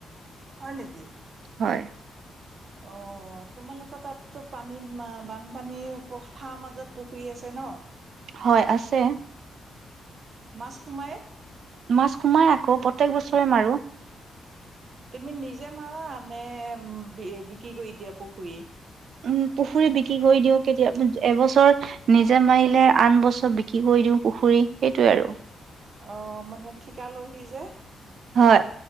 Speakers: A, on the right; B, on the right.
A: হয় নেকি
B: হয়।
A: অ তোমালোকে তাতো পানীত বানপানীৰ পথাৰ মাজত পুখী আছে ন
B: হয় আছে
A: মাছ সোমাই
B: মাছ সোমাই আকৌ প্ৰত্য়েক বছৰে মাৰো
A: তুমি নিজে মাৰা নে বিক্ৰী কৰি দিয়া পুখুৰী
B: উম পুখুৰী বিক্ৰী কৰি দিও কেতিয়া এবছৰ নিজে মাৰিলে আন বছৰ বিক্ৰী কৰি দিওঁ পুখুৰী সেইটোয়ে আৰু
A: অ মানে ঠিকা লহি যে
B: হয়